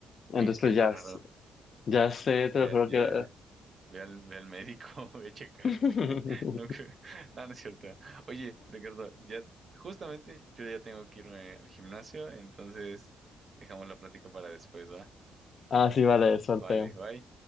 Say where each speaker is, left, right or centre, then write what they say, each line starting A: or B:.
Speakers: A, on the left; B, on the right.
A: Entonces,
B: Oye, qué
A: pues
B: raro.
A: ya, s- ya sé,
B: Ya,
A: te lo juro
B: ya.
A: que...
B: Ve al, ve al médico, <laughs> ve a checarte.
A: <laughs>
B: <laughs> No, que- no, no es cierto. Oye, Ricardo, ya justamente yo ya tengo que irme al gimnasio, entonces dejamos la plática para después, ¿va?
A: Ah, sí, vale, suerte.
B: Vale, bye.